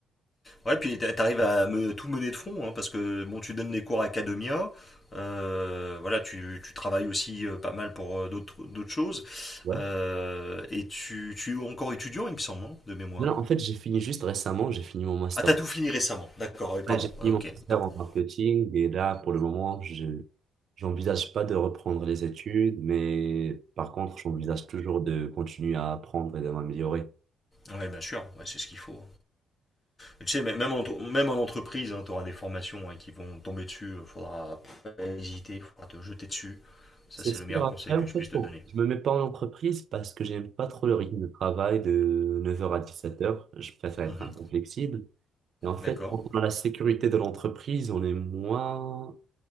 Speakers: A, on the left (about 20°); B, on the right (about 45°).
A: Ouais, puis t'a- t'arrives à me- tout mener de front, hein, parce que bon, tu donnes des cours à Academia, euh, voilà, tu, tu travailles aussi euh, pas mal pour euh, d'autres d'autres choses,
B: Ouais.
A: euh, et tu, tu es encore étudiant, il me semble, hein, de mémoire.
B: Non, non, en fait, j'ai fini juste récemment, j'ai fini mon master.
A: Ah, t'as
B: en-
A: tout fini récemment, d'accord, oui, pardon,
B: Ouais, j'ai fini
A: Ah,
B: mon
A: ok,
B: master
A: autant pour
B: en
A: moi.
B: marketing et là, pour le moment, je j'envisage pas de reprendre les études, mais par contre, j'envisage toujours de continuer à apprendre et de m'améliorer.
A: Ouais, bien sûr, ouais, c'est ce qu'il faut. Tu sais, même en, même en entreprise, tu auras des formations hein, qui vont tomber dessus. Il faudra pas hésiter, il faudra te jeter dessus. Ça,
B: C'est
A: c'est
B: sûr,
A: le meilleur
B: après,
A: conseil que
B: en
A: je
B: fait,
A: puisse te
B: bon,
A: donner.
B: je me mets pas en entreprise parce que j'aime pas trop le rythme de travail de neuf heures à dix-sept heures. Je préfère être
A: Mhm.
B: un peu flexible. Et en fait,
A: D'accord.
B: quand on a la sécurité de l'entreprise, on est moins,